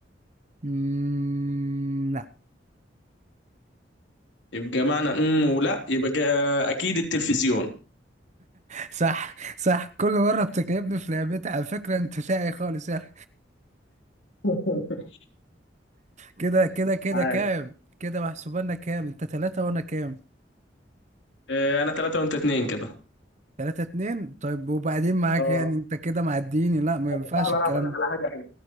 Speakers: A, on the right; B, on the left.
A: امم لا
B: يبقى معنى امم ولا يبقى جا- اكيد التلفزيون
A: صح صح كل مره بتكلمني في لعبتي على فكره انت شقي خالص يعني
B: <laughs>
A: كده كده كده
B: عادي
A: كام كده محسوبانا كام انت ثلاثة وانا كام
B: آه، انا ثلاثة وانت اتنين كده
A: ثلاثة اتنين طيب وبعدين معاك
B: اه
A: يعني انت كده معديني لا ما ينفعش
B: بص يا صاحبي
A: الكلام
B: انا هقول لك
A: ده
B: على حاجه حلوه